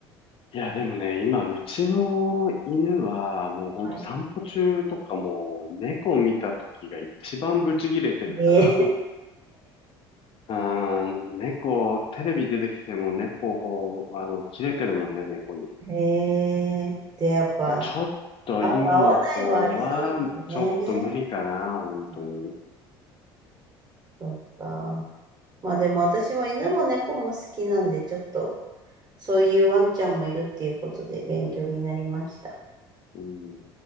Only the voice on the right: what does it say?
か。はい。
<laughs> え
ー、<laughs> えー、で、やっぱ、
あ、合わないはありそうですね。
あそっか。まあでも私は犬も猫も好きなんで、ちょっと、そういうワンちゃんもいるっていうことで勉強になりました。